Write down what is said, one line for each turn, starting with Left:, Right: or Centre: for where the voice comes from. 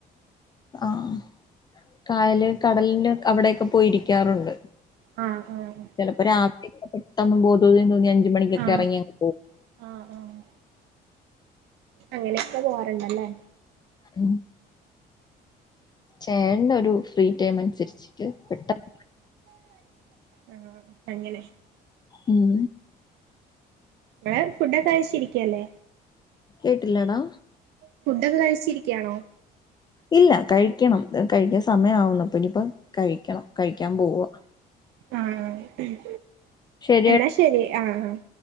Left: ആഹ് കായല് കടലിന് അവിടെയൊക്കെ പോയി ഇരിക്കാറുണ്ട്
Right: ആഹ് ആഹ്
Left: ചിലപ്പോൾ രാ <unintelligible> <unintelligible> പോവാൻ തോന്നിയാൽ അഞ്ച് മണിക്കൊക്കെ
Right: ആഹ്
Left: ഇറങ്ങിയങ്ങ് പോകും
Right: ആഹ് ആഹ് അങ്ങനെയൊക്കെ പോവാറുണ്ടല്ലേ
Left: ഉം ചേട്ടനൊരു ഫ്രീ ടൈം അനുസരിച്ച് പെട്ട <inaudible>
Right: ആ അങ്ങനെ
Left: ഉം
Right: നിങ്ങള് ഫുഡൊക്കെ കഴച്ചിരിക്കുവല്ലേ
Left: കേട്ടില്ല ഡാ
Right: ഫുഡൊക്കെ കഴിച്ചിരിക്കയാണോ
Left: ഇല്ല കഴിക്കണം കഴിക്കാൻ സമയം ആവുന്നപ്പ ഇനിയിപ്പ കഴിക്കണം കഴിക്കാൻ പോവുവ
Right: ആഹ്
Left: ശരിയെടാ
Right: എന്നാ ശരി ആഹ് ആ ഉം